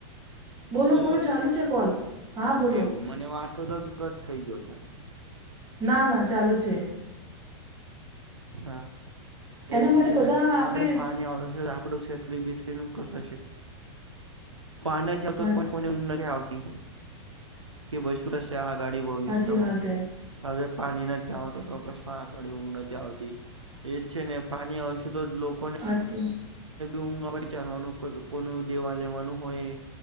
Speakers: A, on the right; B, on the right.
A: બોલો
B: હલો
A: બોલો ચાલું છે કોૉલ હા બોલો
B: એવું મને આંટો હતોો કે કટ થઈ ગયો છે
A: ના ના ચાલુ છે.
B: હા
A: એના
B: એજ
A: માટે
B: છે
A: બધા
B: ને
A: આપણે
B: આપડે પાણી આવશે આપડું શેતકરી બિસ્કીું થ નથી આવતો
A: હા
B: પણ કોને ઊંઘ નથી આવતી કે બસું તશે આગાડી ભવિષ્યમાં
A: હાચી વાત હે
B: હવે પાણી નથી આવત તો કમાં આગળ ઊંઘ નથી આવતો એજ છે ને પાણી આવશે તો લોકોને
A: આજ
B: ઊંઘા પર જાણવાનું કોનું દેવા લેવાનું હોય